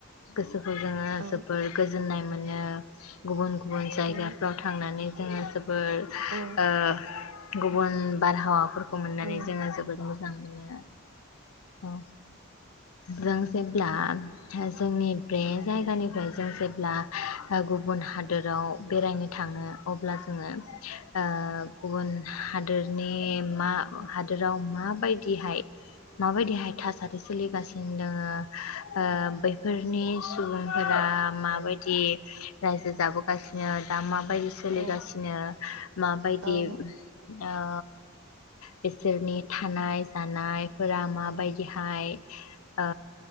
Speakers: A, on the left; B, on the right.
A: गोसो जोङो
B: औ
A: जोबोर गोजोन्नाय मोन मोनो। गुबुन गुबुन जायगाफ्राव
B: औ
A: थांनानै जोङो जोबोर
B: औ
A: ओ गुबुन बारहावाफोरख खौ मोननानै
B: औ
A: जोङो जोबोद मोजां मोनो। औ जों जेब्ला जोंनि बे जायगानिफ्राय जों जेब्ला ओ गुबुन हादोराव बेरायनो थाङो अब्ला जोङो ओ गुबुन हादोरनि मा हादोराव माबायदिहाय माबायदिहाय थासारि सोलिगासिनो दोङो ओ बेफोरनि सो सुबुंफोरा माबाय दि रायजो जाबोगासिनो दा माबायदि सोलिगासिनो
B: औ औ
A: माबायदि
B: औ औ
A: ओ बिसोरनि थानाय जानाय फोरा माबायदिहाय ओ